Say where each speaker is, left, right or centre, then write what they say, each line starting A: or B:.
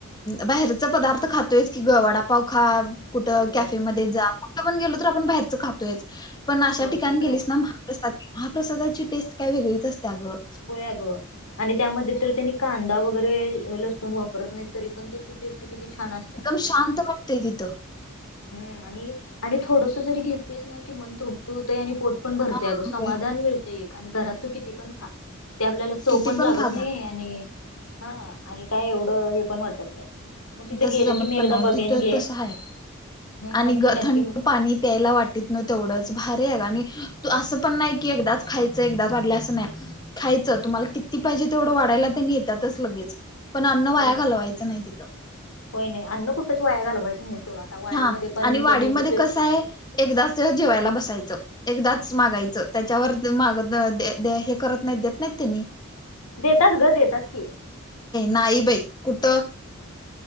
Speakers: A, on the left; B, on the left.
A: बाहेरच पदार्थ खातोयच की गं वाडापाव खा कुठ
B: होय होय
A: कॅफेमध्ये जा कुठं पण गेलो तर आपण बाहेरच खातोयच पण अशा
B: होय
A: ठिकाणी
B: ते तर
A: गेलीस
B: आहेच
A: ना म्हा प्रसाद म्हा प्रसादाची टेस्ट काय वेगळीच असते आगं
B: होय आग आणि त्यामध्ये तर त्यांनी कांदा वगैरे लसुण वापरत नाही तरी पण त्याची टेस्ट किती छान असते.
A: शांतपणे ते घेतो.
B: हम आणि थोडस जरी घेतलीस ना की मन तृपत होतय आणि पोट पण भरतेय
A: हा
B: अगं समाधान
A: होय
B: मिळते एक आणि घरात तू किती पण खा ते आपल्याला चव
A: किती
B: पण लागत
A: खा
B: नाही
A: गा
B: आणि हा आणि काय एवढं हे पण वाटत नाही मग तिथे
A: तस
B: गेलं
A: जमत
B: की मी
A: पण
B: एकदा
A: आहे
B: बघेन
A: तिथं
B: घे
A: तस आहे
B: हम्म,
A: आणि
B: नक्की
A: ग
B: नक्की
A: थंड पाणी प्यायला वाटी तेवढंच भार आहे ग आणि तू असं पण नाही की एकदाच खायचं एकदाच वाढल्या असं नाही. खायचं तुम्हाला किती पाहिजे तेवढं वाढायला त्यांनी येतातच लगेचं पण अन्न वाया
B: होय
A: घालवायचं नाही तिथं
B: होय नाही अन्न कुठेच वाया घालवायचं नाही सोडा आता वाडीमध्ये
A: हा
B: पण
A: आणि
B: त्यांनी
A: वाडीमध्ये
B: वे- वे-
A: कसं आहे एकदाच जेवायला बसायचं. एकदाच मागायचं त्याच्यावर माग हे करत नाही देत नाहीत त्यांनी
B: देतात ग देतात की
A: नाही बाई कुठं?